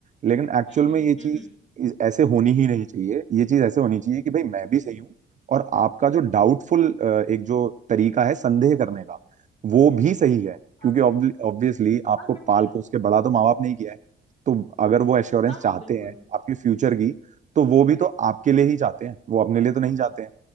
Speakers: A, on the right; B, on the left.
A: लेकिन एक्चुअल
B: हम्म
A: में
B: हम्म
A: ये चीज
B: हम्म, हम्म,
A: इस- ऐसे होनी ही नहीं चाहिए ये चीज ऐसे होनी चाहिए कि भाई मैं भी सही हूँ और आपका जो डाउटफुल एक जो तरीका है संदेह करने का वो भी सही है
B: हाँ
A: क्योंकि
B: हाँ
A: ऑब्वियसली आपको
B: हाँ बिल्कुल
A: पाल पोस के बड़ा तो माँ बाप नहीं किया है तो अगर वो एश्योरेंस
B: हाँ
A: चाहते
B: हाँ बिल्कुल
A: हैं आपके फ्यूचर की तो वो भी तो आपके लिए ही चाहते हैं वो अपने लिए तो नहीं चाहते हैं